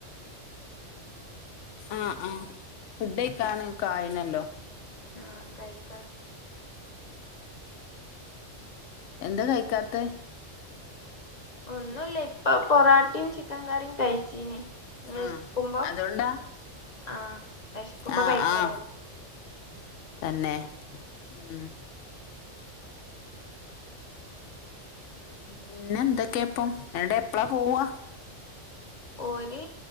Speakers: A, on the left; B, on the left.
A: ആഹ് ആഹ് ഫുഡ് കഴിക്കാൻ ഒക്കെ ആയിനല്ലോ.
B: ആഹ് കഴിക്കണം.
A: എന്താ കഴിക്കാത്ത.
B: ഒന്നുല്ല ഇപ്പ പൊറാട്ടിം ചിക്കൻ കറിം കഴിച്ചീനിം വിശക്കുമ്പോ
A: ആഹ് അതുകൊണ്ടാ
B: ആഹ് വിശക്കുമ്പോ
A: ആഹ്
B: കഴിക്കല്ലേ.
A: ആഹ് തന്നെ ഉം പിന്നെ എന്തൊക്കെയാ ഇപ്പം എൻട്ട് എപ്പളാ പോവാ?
B: ഒര്